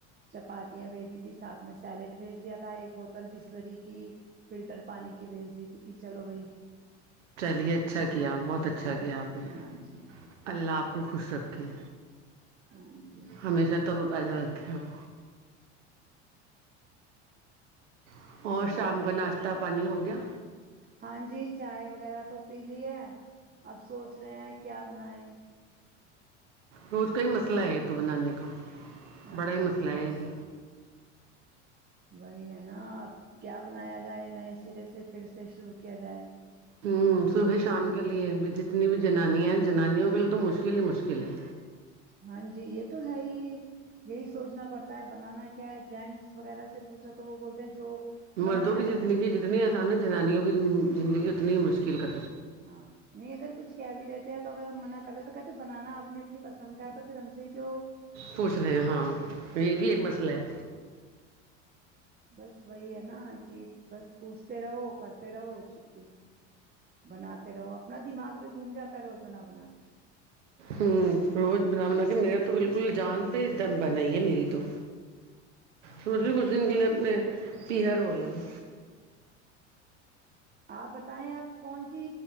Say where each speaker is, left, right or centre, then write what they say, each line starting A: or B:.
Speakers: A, on the right; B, on the right.
A: چپاتیاں بھیج دی تھی سات میں سیلیڈ بھیج دیا تھا ایک بوتل بسلری کی فلٹر پانی کی بھیج دی تھی کہ چلو بھائی
B: چلیے اچھا کیا بہت اچھا کیا آپ نے
A: ہاں جی
B: اللہ آپ کو خوش رکھیں
A: ہاں جی
B: ہمیشہ ترو تازہ رکھتی کپ
A: جی
B: کو شام
A: اور
B: کا ناشتہ پانی ہو گیا
A: ہاں جی چائے وغیرہ تو پی لی ہے اب سوچ رہے ہیں کیا بنائے
B: روز کا ہی مسئلہ ہے یہ تو بنانے کا
A: ہاں
B: بڑا ہی مسئلہ
A: جی
B: ہے
A: بس
B: یہ بھی
A: وہی ہے نہ اب کیا بنایا جائے نئے سرے سے پھر سے شروع کیا جائے
B: ہوں صبح شام کے لیئے جتنی بھی جنانیاں ہیں جنانیوں کے لیے تو مشکل ہی مشکل ہے
A: ہاں جی یہ تو ہے ہی یہی سوچنا پڑتا ہے بنانا کیا ہے جینٹس وغیرہ سے پوچھو تو وہ بولتے ہیں جو بنانا
B: مردوں
A: ہے
B: کی
A: بنا
B: زندگی
A: دو
B: جتنی آسان ہے جنانیوں کی زندگی اتنی ہی مشکل <unintelligible>
A: ہاں نہیں اگر کچھ کیا بھی رہ تو اگر ہم منع کریں تو کہتے ہیں بنانا اپنے اپنی پسند کا ہے تو پھر ہم سے کی
B: پوچھ رہے ہیں ہاں یہ بھی ایک مسئلہ ہے
A: بس وہی ہے نا کہ بس پوچھتے رہو کرتے رہو چھٹی بناتے رہو اپنا دماغ بھی گھوم جاتا ہے روز بانہ بناات کے
B: ہوں روز بنا بنا کے میرا تو بالکل جان پ د بنائی ہے میری تو سمت کو دن کے لیے اپ نے پییہرویم
A: آپ بتائیں آپ کون سی